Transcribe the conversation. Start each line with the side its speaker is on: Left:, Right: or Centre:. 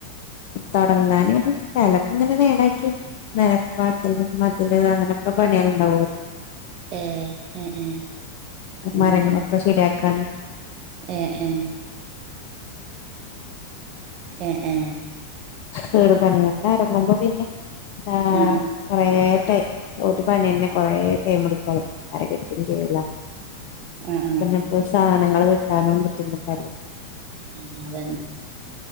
Left: തൊടങ്ങാന്, സ്ഥലൊക്കെ, ഇങ്ങനെ, നേരാക്കി നരപ്പാക്കലും, മതില്, അങ്ങനെയൊക്കെ, പണിയാനുണ്ടാവലോ
Right: ഏ ഏ ഏ ഏ
Left: മരങ്ങളൊക്കെ,
Right: അങ്ങനെ
Left: ശെരി പണി
Right: ഏ ഏ എ ഏ
Left: കേറു പണിയൊക്കെ ഇറങ്ങുമ്പോ പിന്നെ എ
Right: ആ
Left: കൊറേ ടൈം പനിയന്നെ കൊറെേ ടൈംടുക്കും പര കിട്ടും ചെയ്ല
Right: ആ ആ ആ
Left: പിന്നെപ്പോ സാധനങ്ങള് കിട്ടാനും ബുദ്ധിമുട്ടല്ലേ
Right: അതന്നെ